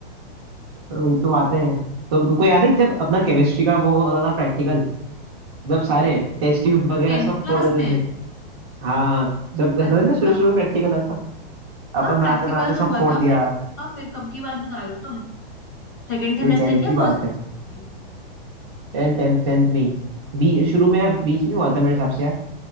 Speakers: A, on the right; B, on the left.
A: तो ये तो बातें हैं तो तुमको याद है जब अपना केमिस्ट्री का वो होता था प्रैक्टिकल जब सारे टेस्ट ट्यूब वगैरह
B: टेंथ
A: सब
B: क्लास
A: फोड़ देते
B: में
A: थे हाँ जब
B: अच्छा
A: रहता था ना शुरू शुरू में प्रैक्टिकल होता अपन
B: हाँ प्रैक्टिकल
A: बनाते बनाते
B: तो
A: सब
B: हुआ
A: फोड़
B: था
A: दिया
B: फिर हाँ फिर कब की बात बता रहे हो तुम सेकेंड सेमेस्टर
A: ये टेंथ
B: या
A: की बात
B: फर्स्ट सेमेस्टर
A: है टेंथ टेंथ टेंथ में ही बी शुरू में या बीच में हुआ था मेरे हिसाब से यार